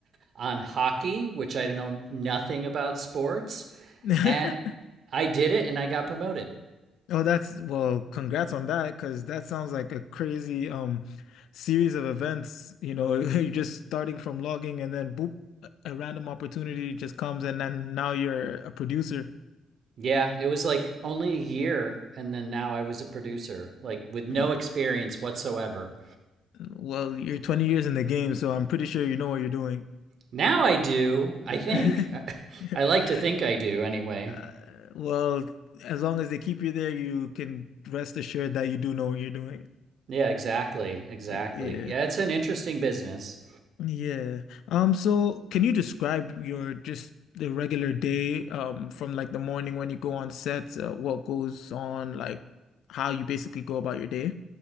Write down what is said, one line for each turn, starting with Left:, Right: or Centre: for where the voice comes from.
Right: on hockey, which I know nothing about sports,
Left: <laughs>
Right: and I did it and I got promoted.
Left: Oh, that's well, congrats on that because that sounds like a crazy um series of events. You know, <laughs> you're just starting from logging and then boop, a random opportunity just comes and then now you're a producer.
Right: Yeah, it was like only a year, and then now I was a producer, like with no
Left: Mm,
Right: experience whatsoever.
Left: Well, you're 20 years in the game, so I'm pretty sure you know what you're doing.
Right: Now I do, I think.
Left: <laughs>
Right: <laughs> I, I like to think I do anyway.
Left: Uh, well, as long as they keep you there, you can rest assured that you do know what you're doing.
Right: Yeah, exactly. Exactly.
Left: Y- yeah.
Right: Yeah, it's an interesting business.
Left: Yeah. Um, so can you describe your just the regular day, um, from like the morning when you go on set, uh, what goes on, like how you basically go about your day?